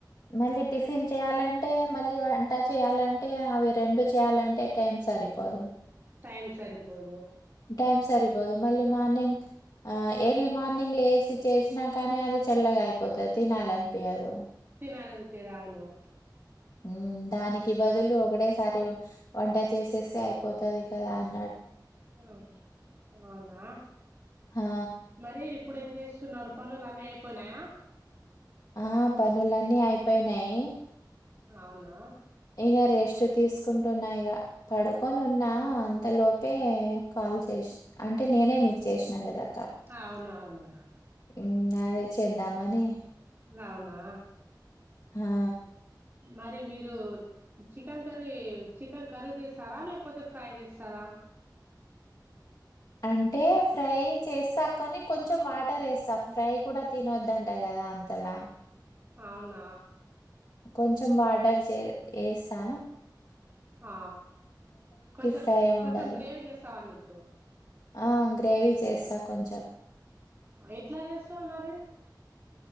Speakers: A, on the left; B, on the right.
A: మళ్ళీ టిఫిన్ చేయాలంటే మళ్ళీ వంట చేయాలంటే అవి రెండు చేయాలంటే టైం సరిపో పదు
B: టైమ్ సరిపోదు
A: టైమ్ సరిపోదు మళ్ళీ మార్నింగ్ ఆ ఎర్లీ మార్నింగ్ లేసి చేసినా కానీ అది చల్లగా అయిపోతది తినాలనిపీ యదు
B: తినాలనిపియదు అవును
A: ఊ దానికి బదులు ఒకడేసారి వంట చేసేస్తే అయిపోతది కదా అన్న
B: హలో అవునా
A: ఆ!
B: మరీ ఇప్ ఇప్పుడేమ్ చేస్తున్నారు పనులన్నీ అయిపోయినాయా.
A: ఆ పనులన్నీ అయిపోయినయీ.
B: అవునా.
A: ఇగ రెస్ట్ తీసుకుంటున్నా ఇగ పడుకొనున్నా అంతలోపే క ల్ చేష్ అంటే నేనే మీక్ చేష్ణ గదా.
B: అవునవును.
A: ఇన్ అదె చేద్దామనీ.
B: లావునా.
A: హా
B: మరి మీరూ చికెన్ కర్రీ చికెన్ కర్రీ జేస్తారా లేకపోతే ఫ్రై జేస్ తర
A: అంటే ఫ్రై చేస్తా కని కొంచెం వాటర్ ఏస్తా ఫ్రై కుడా తినొద్దంట గదా అంత అలా
B: అవును
A: కొంచెం వాటర్ చే ఏస్తా.
B: ఆ కొంచెం
A: ఫ్రై ఉండదు
B: కొంచెం గ్రేవి చేస్తావ్ అన్నట్టు.
A: ఆ గ్రేవీ చేస్తా కొంచెం.
B: ఎట్లా జేస్తావ్ మరి.